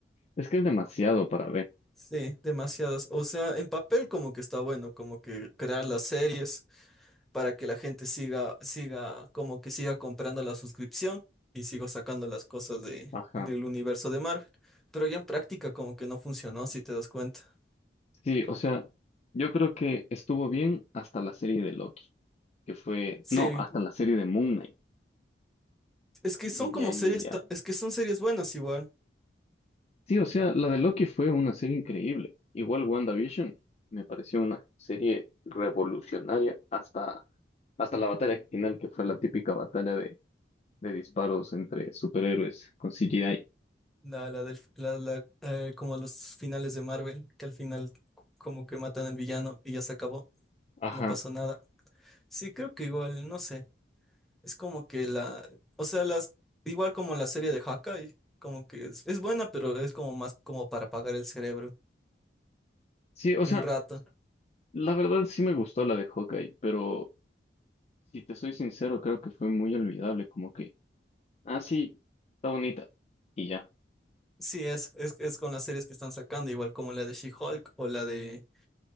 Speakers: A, on the left (about 35°); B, in the centre.
A: Es que es demasiado para ver.
B: Sí, demasiadas. O sea, en papel como que está bueno, como que crear las series. para que la gente siga, siga, como que siga comprando la suscripción y sigo sacando las cosas de,
A: Ajá.
B: del universo de Marvel. Pero ya en práctica como que no funcionó, si te das cuenta.
A: Sí, o sea, yo creo que estuvo bien hasta la serie de Loki, que fue,
B: Sí,
A: no, hasta la serie de Moon Knight,
B: es que son
A: y de
B: como
A: ahí
B: series,
A: ya.
B: ta- es que son series buenas igual.
A: Sí, o sea, la de Loki fue una serie increíble. Igual WandaVision me pareció una serie revolucionaria hasta, hasta la batalla final, que fue la típica batalla de de disparos entre superhéroes con CGI.
B: La, la del, la, la, eh, como los finales de Marvel, que al final como que matan al villano y ya se acabó,
A: Ajá.
B: no pasó nada. Sí, creo que igual, no sé. Es como que la, o sea, las, igual como la serie de Hawkeye, como que es, es buena, pero es como más como para apagar el cerebro
A: Sí, o
B: un
A: sea,
B: rato.
A: la verdad sí me gustó la de Hawkeye, pero si te soy sincero, creo que fue muy olvidable, como que, ah, sí, está bonita. Y ya.
B: Sí, es, es, es con las series que están sacando, igual como la de She-Hulk o la de,